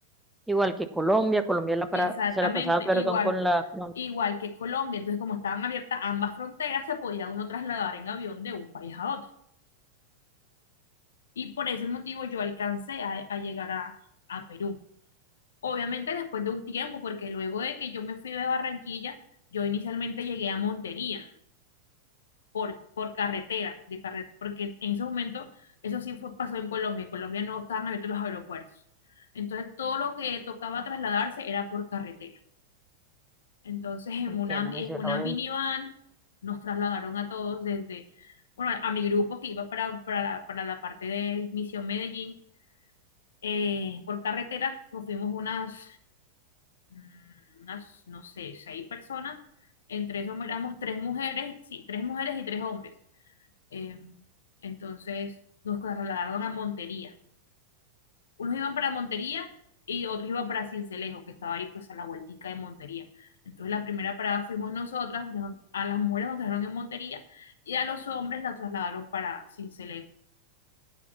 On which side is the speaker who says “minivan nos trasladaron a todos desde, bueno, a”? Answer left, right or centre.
Left